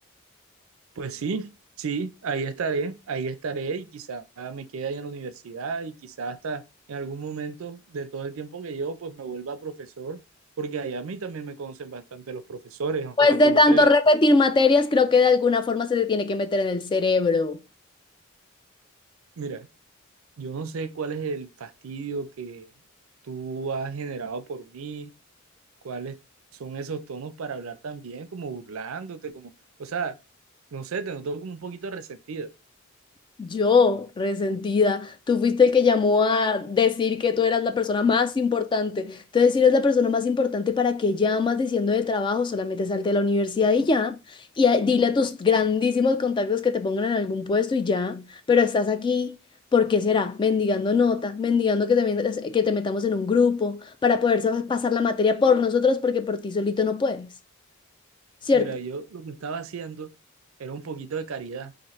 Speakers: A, on the right; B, on the left.
A: Pues sí, sí, ahí estaré, ahí estaré y quizá me quede ahí en la universidad y quizá hasta en algún momento de todo el tiempo que llevo pues me vuelva profesor, porque allá a mí también me conocen bastante los profesores, aunque
B: Pues de
A: tú no
B: tanto
A: creas.
B: repetir materias, creo que de alguna forma se te tiene que meter en el cerebro.
A: Mira, yo no sé cuál es el fastidio que tú has generado por mí, cuáles son esos tonos para hablar tan bien, como burlándote, como, o sea, no sé, te noto como un poquito resentida.
B: Yo, resentida, tú fuiste el que llamó a decir que tú eras la persona más importante. Entonces, si eres la persona más importante, ¿para qué llamas diciendo de trabajo? Solamente salte a la universidad y ya. Y a- dile a tus grandísimos contactos que te pongan en algún puesto y ya. Pero estás aquí, ¿por qué será? Mendigando nota, mendigando que te, metas- que te metamos en un grupo para poder sa- pasar la materia por nosotros porque por ti solito no puedes, ¿cierto?
A: Mira, yo lo que estaba haciendo era un poquito de caridad,